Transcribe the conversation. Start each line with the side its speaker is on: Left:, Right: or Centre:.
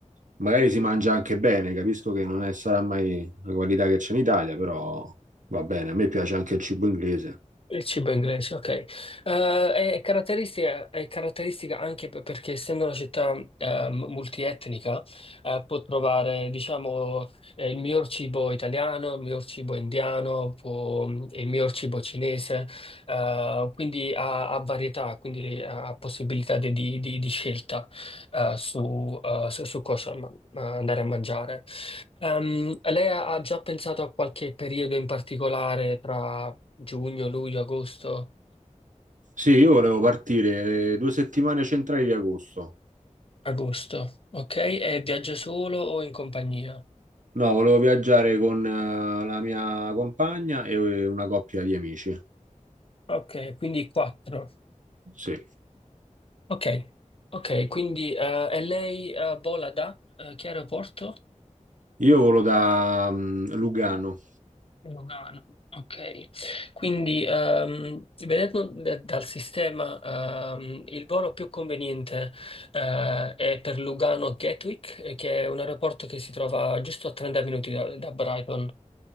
Right: Magari si mangia anche bene, capisco che non è- sarà mai la qualità che c'è in Italia, però va bene, a me piace anche il cibo inglese.
Left: Il cibo inglese, ok. Eh, è caratteristica, è caratteristica anche per- perché essendo una città eh, m- multietnica, eh, può trovare, diciamo, eh, il miglior cibo italiano, il miglior cibo indiano, può- il miglior cibo cinese, eh, quindi ha, ha varietà, quindi eh, ha possibilità di, di- di- di scelta eh, su, eh, su- su cosa ma- ma andare a mangiare. Ehm, lei ha ha già pensato a qualche periodo in particolare Giugno, luglio, agosto,
Right: Sì, io volevo partire le due settimane centrali di agosto.
Left: agosto, ok? E viaggia solo o in compagnia?
Right: No, volevo viaggiare con eh, la mia compagna e eh, una coppia di amici.
Left: Ok, quindi 4.
Right: Sì.
Left: Ok, ok, quindi eh, e lei eh, vola da eh, che aeroporto?
Right: Io volo da mm, Lugano.
Left: Lugano, ok. Quindi, ehm, vedendo da- dal sistema, ehm, il volo più conveniente, eh, è per Lugano Gatwick, eh, che è un aeroporto che si trova giusto a 30 minuti da, da Brighton.